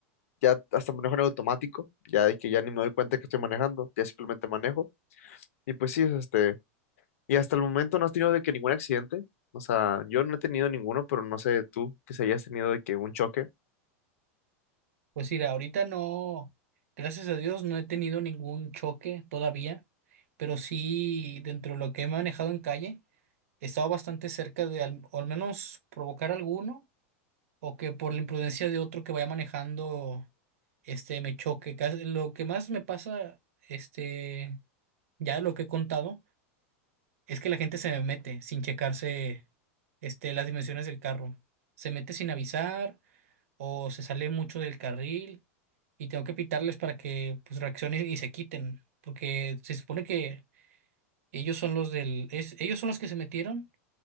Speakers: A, on the left; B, on the right.
A: ya hasta manejo en automático, ya de que ya ni me doy cuenta que estoy manejando, ya simplemente manejo, y pues sí, es este, y hasta el momento no has tenido de que ningún accidente, o sea, yo no he tenido ninguno, pero no sé tú que si hayas tenido de que un choque.
B: Pues mira, ahorita no, gracias a Dios no he tenido ningún choque todavía, pero sí dentro de lo que he manejado en calle, he estado bastante cerca de al, o al menos provocar alguno o que por la imprudencia de otro que vaya manejando, este, me choque. Cas- Lo que más me pasa, este, ya lo que he contado, es que la gente se me mete sin checarse, este, las dimensiones del carro. Se mete sin avisar o se sale mucho del carril y tengo que pitarles para que, pues, reaccionen y se quiten, porque se supone que ellos son los del, es- ellos son los que se metieron